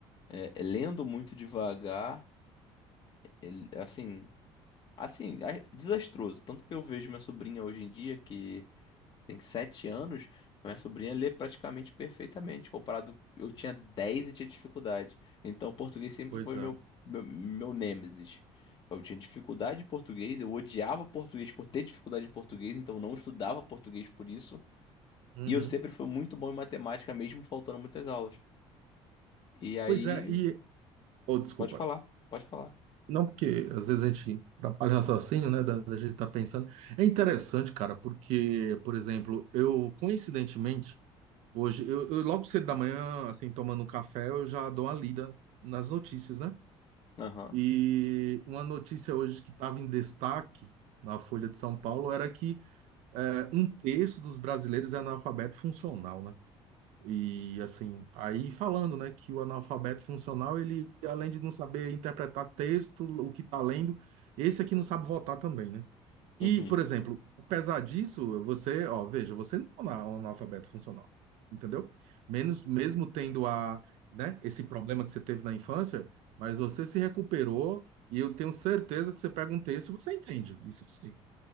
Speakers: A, on the left; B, on the right.
A: é, lendo muito devagar. Ele- assim, Assim, a- desastroso. Tanto que eu vejo minha sobrinha hoje em dia, que tem sete anos, minha sobrinha lê praticamente perfeitamente, comparado eu tinha 10 e tinha dificuldade. Então, o português sempre
B: coisa.
A: foi meu, meu, meu nêmesis. Eu tinha dificuldade em português, eu odiava português por ter dificuldade em português, então eu não estudava português por isso.
B: Uhum.
A: E eu sempre fui muito bom em matemática, mesmo faltando muitas aulas. E aí,
B: Pois é, e. Oh, desculpa.
A: pode falar, pode falar.
B: Não, porque às vezes a gente atrapalha o raciocínio, né? Da, da gente estar pensando. É interessante, cara, porque, por exemplo, eu, coincidentemente, hoje, eu, eu logo cedo da manhã, assim, tomando um café, eu já dou uma lida nas notícias, né?
A: Aham,
B: E uma notícia hoje que estava em destaque na Folha de São Paulo era que é, um terço dos brasileiros é analfabeto funcional, né? E assim, aí falando, né, que o analfabeto funcional, ele além de não saber interpretar texto, o que está lendo, esse aqui não sabe votar também, né? E,
A: uhum,
B: por exemplo, apesar disso, você, ó, veja, você não é um ana- um analfabeto funcional, entendeu? Menos, mesmo tendo a, né, esse problema que você teve na infância, mas você se recuperou e eu tenho certeza que você pega um texto e você entende, isso sim